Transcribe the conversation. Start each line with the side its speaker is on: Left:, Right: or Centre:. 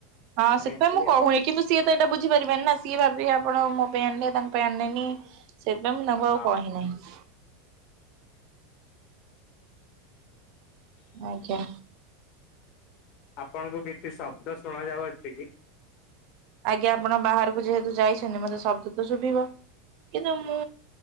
Right: ହଁ
Left: ଆଣି
Right: ସେଥିପାଇଁ
Left: ଆସିଲି
Right: ମୁଁ କହୁନି
Left: ଆଉ।
Right: କିନ୍ତୁ ସିଏ ତ ଏଇଟା ବୁଝିପାରିବେନି ନା ସିଏ ଭାବିବେ ଆପଣ ମୋ ପାଇଁ ଆଣିଲେ ତାଙ୍କ ପାଇଁ ଆଣିନେନି। ସେଇଥିପାଇଁ ମୁଁ ତାଙ୍କୁ
Left: ହଁ
Right: ଆଉ କହିନାହିଁ। ଆଜ୍ଞା।
Left: ଆପଣଙ୍କୁ କିଛି ଶବ୍ଦ ଶୁଣା ଯାଉଅଛି କି?
Right: ଆଜ୍ଞା ଆପଣ ବାହାରକୁ ଯେହେତୁ ଯାଇଛନ୍ତି ମତେ ଶବ୍ଦ ତ ଶୁଭିବ। କିନ୍ତୁ ମୁଁ